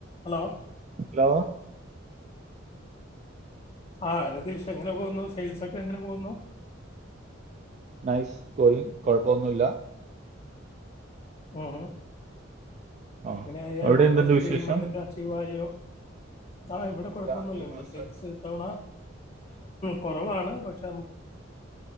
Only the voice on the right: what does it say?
ഹലോ
നൈസ് തോയിങ് കുഴപ്പമൊന്നുമില്ല
ആ
അവിടെ
എന്തുണ്ട് വിശേഷം
ഇല്ല
ഈ
മാസം